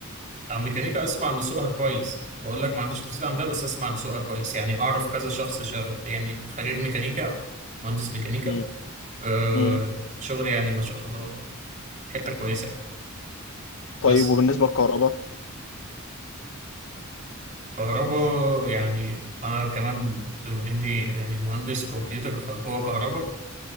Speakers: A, on the right; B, on the left.
A: انا ميكانيكا اسمع ان سوقها كويس بقول لك ما عنديش تفصيل عن ده بس اسمع ان سوقها كويس يعني اعرف كذا شخص شغ... يعني خريج ميكانيكا او مهندس ميكانيكا
B: مم.
A: آه،
B: مم.
A: الشغل يعني ما شاء الله حته كويسه يعني.
B: طيب
A: بس
B: وبالنسبه للكهرباء
A: كهرباء يعني أنا كمان بما إني يعني مهندس كمبيوتر فجوه كهرباء